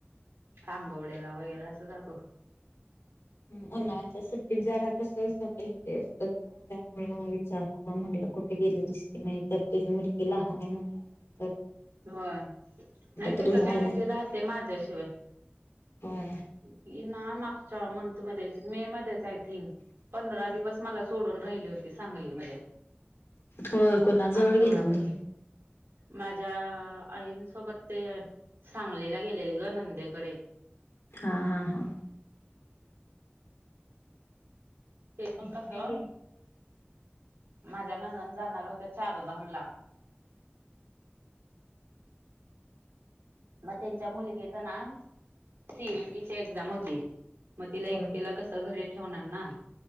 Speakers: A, on the right; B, on the left.
A: सांगवलेलं वगैरे असं दाखव.
B: हन्हाळ्याच्या सुट्टीत जरा कसं सैलसैल असतात ना, त्यामुळं विचारा. म्हटलं, कुठे गेली? दिसत नाही. तर तुझी मुलगी लहान आहे म्हटलं.
A: हो, नाही.
B: तरी
A: तसं
B: झालाय
A: काही नाही. ती राहते माझ्याशिवाय.
B: होय.
A: <inaudible> ही ना, मागच्या मंथमध्येच, मेमध्येच, आय थिंक पंधरा दिवस मला सोडून राहिली हो ते सांगलीमध्ये
B: होय कोणाजवळ
A: आठवडा
B: गेलेली?
A: भर मा अ आईनसोबत ते सांगलीला गेलेले गं नंदेकडे.
B: हा, हा, हा.
A: ते पण
B: मी
A: कसं?
B: नाही गेली
A: माझ्या नणंद जाणार होत्या चारधामला मग त्यांच्या मुलगी च ना सीईटीची एक्झाम होती. म तिला
B: होय.
A: एकटीला कसं घरी ठेवणार ना,